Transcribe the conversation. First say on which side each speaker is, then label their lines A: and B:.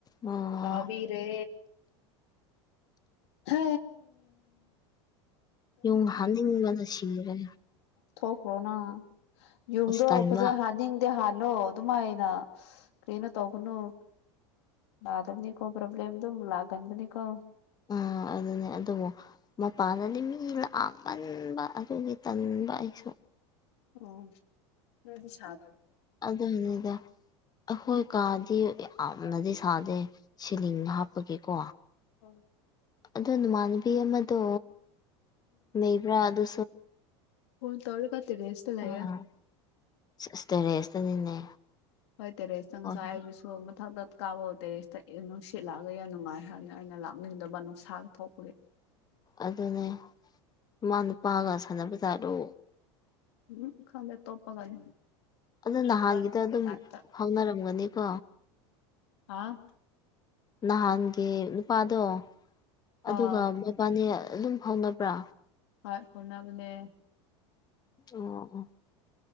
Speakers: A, on the left (about 25°); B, on the left (about 75°).
A: ꯑꯣ
B: ꯇꯥꯕꯤꯔꯦ ꯍ
A: ꯌ ꯍꯅꯤꯡꯕꯗ ꯁꯤꯔꯦ
B: ꯊꯣꯛꯈ꯭ꯔꯣꯅꯪ ꯌꯨꯡꯗꯣ
A: ꯑꯁ ꯇꯟꯕ
B: ꯐꯖꯅ ꯍꯥꯅꯤꯡꯗꯦ ꯍꯥꯜꯂꯣ ꯑꯗꯨꯃꯥꯏꯅ ꯀꯩꯅꯣ ꯇꯧꯒꯅꯨꯣ ꯂꯗꯅꯤ ꯀꯣ ꯄꯣꯂꯦꯝ ꯑꯗꯨ ꯂꯒꯟꯗ ꯅ ꯀꯣ
A: ꯑ ꯑꯗꯨꯅꯦ ꯑꯗꯨꯣ ꯃꯄꯥꯟꯗꯗꯤ ꯃꯤ ꯂꯥꯛꯑꯃꯟꯕ ꯑꯗꯨꯒꯤ ꯇꯟꯕ ꯑꯩꯁꯨ
B: ꯎꯝ ꯁꯥ
A: ꯑꯗꯨꯗꯗ ꯑꯩꯈꯣꯏ ꯀꯥꯗꯤ ꯌꯥꯝꯅꯗꯤ ꯁꯥꯗꯦ ꯁꯤꯂꯤꯡ ꯍꯥꯞꯄꯒꯤꯀꯣ
B: ꯑꯣ
A: ꯑꯣ ꯅꯃꯥꯟꯅꯕꯤ ꯑꯃꯗꯣ ꯂꯩꯕ꯭ꯔꯥ ꯑꯗꯨ
B: ꯍꯨ ꯇꯧꯔ ꯀꯇ ꯔꯦꯁꯇꯂ
A: ꯑꯥ ꯑꯁ ꯇꯦꯔꯦꯁꯇꯅꯤꯅꯦ
B: ꯍꯣꯏ ꯇꯔꯦ ꯆꯪꯉꯁ
A: ꯍꯣꯏ
B: ꯍꯥꯏꯗꯨꯁꯨ ꯃꯊꯪꯛꯇ ꯀꯥꯕꯣꯜ ꯇꯦꯔꯤꯦꯁꯇ ꯅꯨꯡ ꯁꯤꯠꯂꯛꯑꯒ ꯌꯥꯝ ꯅꯨꯡꯉꯥꯏ ꯍꯥꯏꯕꯅ ꯑꯩꯅ ꯂꯥꯛꯅꯤꯡꯗꯕ ꯅꯨꯡꯁꯥ ꯊꯣꯛꯄꯒꯤ
A: ꯑꯗꯨꯅꯦ ꯏꯃ ꯅꯨꯄꯥꯒ ꯁꯥꯟꯅꯕꯖꯥꯠꯂꯣ
B: ꯎꯝ ꯈꯥꯟꯗꯦ ꯇꯣꯞꯄꯒꯅꯤ
A: ꯑꯗꯨ ꯅꯍꯥꯟꯒꯤꯗ
B: ꯏꯕꯥꯅꯤꯒꯤ
A: ꯑꯗꯨꯝ
B: ꯇꯥꯏꯞꯇ
A: ꯐꯥꯎꯅꯔꯝꯒꯅꯤꯀꯣ
B: ꯑꯥ
A: ꯅꯍꯥꯟꯒꯤ ꯅꯨꯄꯥꯗꯣ ꯑꯗꯨꯒ
B: ꯑꯥ
A: ꯃꯕꯥꯅꯤ ꯑꯗꯨꯝ ꯐꯥꯎꯅꯕ꯭ꯔꯥ
B: ꯍ ꯐꯅꯕꯅꯦ
A: ꯑꯣ